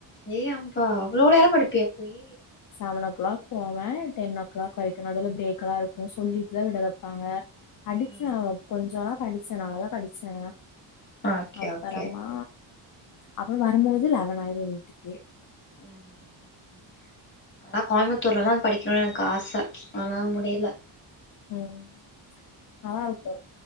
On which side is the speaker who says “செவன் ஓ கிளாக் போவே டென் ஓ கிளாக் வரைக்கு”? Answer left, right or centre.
Left